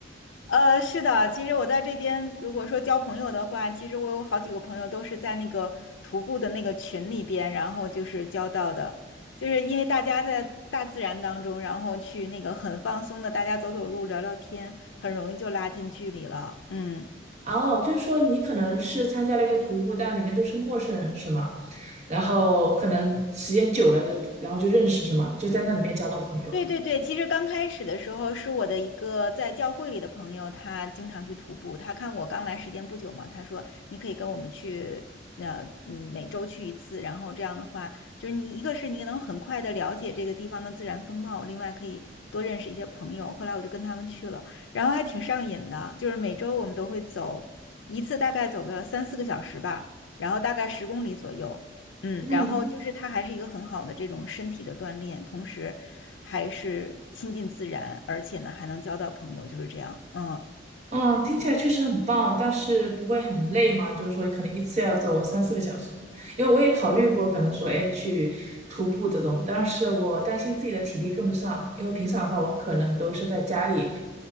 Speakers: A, on the left (about 70°); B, on the right (about 40°).
A: 呃，是的，其实我在这边，如果说交朋友的话，其实我有好几个朋友都是在那个徒步的那个群里边，然后就是交到的，就是因为大家在大自然当中，然后去那个很放松的，大家走走路、聊聊天，很容易就拉近距离了。嗯。
B: <laughs> 哦，就是说你可能是参加了一个徒步，但里面都是陌生人是吗？然后可能时间久了就，然后就认识什么，就在那里面交到朋友。
A: 对对对，其实刚开始的时候是我的一个在教会里的朋友，他经常去徒步。他看我刚来时间不久嘛，他说你可以跟我们去，呃，嗯，每周去一次。然后这样的话，就是你一个是你能很快的了解这个地方的自然风貌，另外可以多认识一些朋友。后来我就跟他们去了，然后还挺上瘾的，就是每周我们都会走一次，大概走个三四个小时吧，然后大概十公里左右。嗯，
B: 嗯，
A: 然后就是它还是一个很好的这种身体的锻炼，同时还是亲近自然，而且呢还能交到朋友，就是这样。嗯，
B: 嗯，听起来确实很棒，但是不会很累嘛？就是说，可能一次要走三四个小时，因为我也考虑过，可能说，哎，去徒步这种，但是我担心自己的体力跟不上，因为平常的话，我可能都是在家里，